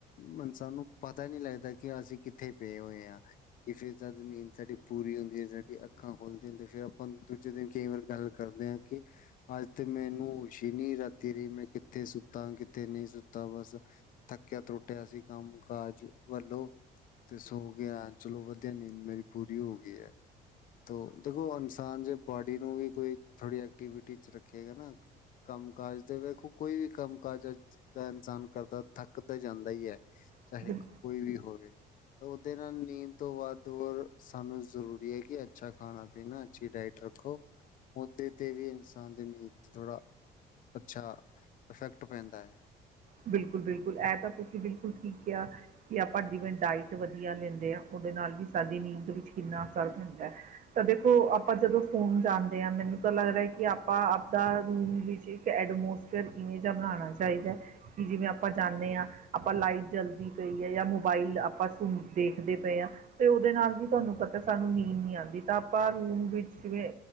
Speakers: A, on the left; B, on the right.
A: ਮਨ ਸਾਨੂੰ ਪਤਾ ਈ ਨਈ ਲੱਗਦਾ ਕਿ ਅਸੀਂ ਕਿੱਥੇ ਪਏ ਹੋਏ ਆ ਕਿ ਫਿਰ ਜਦ ਨੀਂਦ ਸਾਡੀ ਪੂਰੀ ਹੁੰਦੀ ਏ, ਸਾਡੀ ਅੱਖਾਂ ਖੂਲ੍ਹਦੀਆ ਨੇ ਤੇ ਫਿਰ ਆਪਾ ਹੂਣ ਦੂਜੇ ਦਿਨ ਕਈ ਵਾਰ ਗੱਲ ਕਰਦੇ ਆ ਕਿ ਅੱਜ ਤੇ ਮੈਨੂੰ ਹੋਸ਼ ਈ ਨੀ ਰਾਤੀ ਰਹੀ, ਮੈਂ ਕਿੱਥੇ ਸੁੱਤਾ, ਕਿੱਥੇ ਨਈ ਸੁੱਤਾ ਬਸ ਥੱਕਿਆ-ਤੁੱਟਿਆ ਸੀ ਕੰਮ-ਕਾਜ ਵੱਲੋਂ ਤੇ ਸੋ ਗਿਆ ਚਲੋ ਵਧੀਆ ਨੀਂਦ ਮੇਰੀ ਪੂਰੀ ਹੋ ਗਈ ਐ, ਤੋ ਦੇਖੋ ਔਂਸ ਹਾਂ ਜੇ ਬਾੱਡੀ ਨੂੰ ਵੀ ਕੋਈ, ਥੋੜੀ ਐਕਟੀਵਿਟੀ ਚ ਰੱਖੇਗਾ ਨਾ ਕੰਮ-ਕਾਜ ਤੇ ਵੇਖੋ ਕੋਈ ਵੀ ਕੰਮ-ਕਾਜ ਅੱਜ ਤਾ, ਇਨਸਾਨ ਕਰਦਾ ਥੱਕ ਤਾਂ ਜਾਂਦਾ ਈ ਐ,
B: ਹੈ
A: ਚਾਹੇ ਕੋਈ ਵੀ ਹੋਵੇ ਉਦੇ ਨਾਲ ਨੀਂਦ ਤੋਂ ਵੱਧ ਹੋਰ, ਸਾਨੂੰ ਜ਼ਰੂਰੀ ਏ ਕਿ ਅੱਛਾ ਖਾਣਾ-ਪੀਣਾ ਅਛੀ ਡਾਇਟ ਰੱਖੋ, ਉੱਤੇ ਤੇ ਵੀ ਇਨਸਾਨ ਦੀ ਨੀਂਦ ਚ ਥੋੜਾ ਅੱਛਾ, ਅਫੈਕਟ ਪੈਂਦਾ ਏ
B: ਬਿਲਕੁਲ-ਬਿਲਕੁਲ ਐ ਤਾਂ ਤੁਸੀਂ ਬਿਲਕੁਲ ਠੀਕ ਕਿਆ ਕਿ ਆਪਾਂ ਜਿਵੇਂ ਡਾਇਟ ਵਦੀਆ ਲੈਂਦੇ ਆ ਉਦੇ ਨਾਲ ਵੀ ਸਾਡੀ ਨੀਂਦ ਵਿੱਚ ਕਿੰਨਾ ਫਰਕ ਹੁੰਦਾ ਏ ਤਾਂ ਦੇਖੋ, ਆਪਾਂ ਜਦੋਂ ਸੋਨ ਜਾਂਦੇ ਹਾਂ ਮੈਨੂੰ ਤਾਂ ਲੱਗਦਾ ਕਿ ਆਪਾਂ ਆਪਦਾ ਰੂਮ ਵਿੱਚ ਕੇ ਐਡਮੋਸਫੇਅਰ ਇਵੇਂ ਜੇਆ ਬਣਾਣਾ ਚਾਹੀਦਾ ਕਿ, ਜਿਵੇਂ ਆਪਾਂ ਜਾਣੇ ਹਾਂ ਆਪਾਂ ਲਾਈਟ ਜਲਦੀ ਪਈ ਏ ਯਾ ਮੋਬਾਈਲ ਆਪਾਂ ਸੁਣ, ਦੇਖਦੇ ਪਏ ਹਾ ਤੇ ਉਦੇ ਨਾਲ ਵੀ ਤੁਆਨੂੰ ਪਤਾ ਸਾਨੂੰ ਨੀਂਦ ਨੀ ਆਂਦੀ, ਤਾਂ ਆਪਾਂ ਰੂਮ ਵਿੱਚ ਜਿਵੇਂ